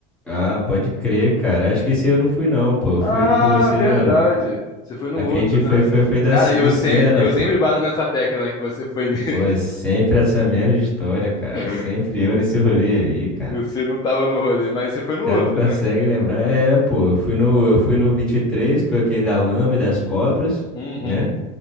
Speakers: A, in the centre; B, on the left.
A: Ah, pode crer, cara. Acho que esse eu não fui, não, pô. Eu
B: Ah,
A: fui no- com você
B: verdade.
A: no...
B: Você foi no
A: A que
B: outro,
A: a gente foi,
B: né?
A: foi, foi da,
B: Cara, eu
A: do Senna,
B: sempre, eu
A: pô.
B: sempre bato nessa tecla, né, que você foi nele.
A: Pô, é sempre essa mesma história, cara.
B: <laughs>
A: Sempre eu nesse rolê aí, cara.
B: Você não tava no rolê, mas você foi no
A: O cara
B: outro,
A: não consegue
B: né?
A: lembrar. É, pô, eu fui no, eu fui no 23 que foi aquele da lama e das cobras,
B: Uhum.
A: né?